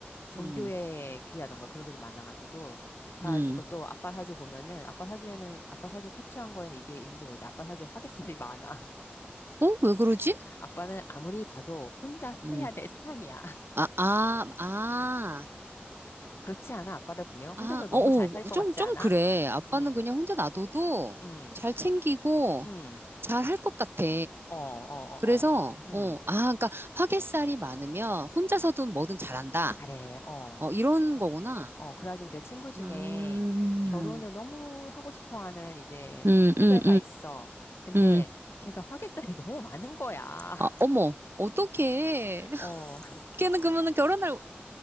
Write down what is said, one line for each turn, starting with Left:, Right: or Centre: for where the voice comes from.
Left: 종교에
Right: 음,
Left: 귀하던가 그런 게 좀 많아가지고. 그래가지고
Right: 음.
Left: 또 아빠 사주 보면은, 아빠 사주에는, 아빠 사주 캡처한 거에는 이게 있는지 모르는데, 아빠 사주에 화개살이 많아.
Right: 어? 왜 그러지?
Left: <laughs> 아빠는 아무리 봐도 혼자 살아야
Right: 음.
Left: 될 사람이야.
Right: 아, 아, 아,
Left: 그렇지 않아? 아빠를 보면
Right: 아,
Left: 혼자서 너무
Right: 어, 어,
Left: 잘 살 것
Right: 좀,
Left: 같지
Right: 좀
Left: 않아?
Right: 그래. 아빠는
Left: 음,
Right: 그냥 혼자 놔둬도
Left: 음,
Right: 잘 챙기고
Left: 음,
Right: 잘 할 것 같아.
Left: 어, 어, 어,
Right: 그래서,
Left: 어, 음,
Right: 어, 아, 그러니까 화개살이 많으면 혼자서든 뭐든 잘한다.
Left: 잘해, 어,
Right: 어, 이런 거구나.
Left: 어. 그래가지고 내 친구 중에
Right: 아, 음,
Left: 결혼을 너무 하고 싶어 하는 이제
Right: 음,
Left: 후배가
Right: 음,
Left: 있어. 근데
Right: 음.
Left: 걔가 화개살이 <laughs> 너무 많은 거야. <laughs>
Right: 아, 어머, 어떡해. <laughs>
Left: 어,
Right: 걔는 그러면 결혼할,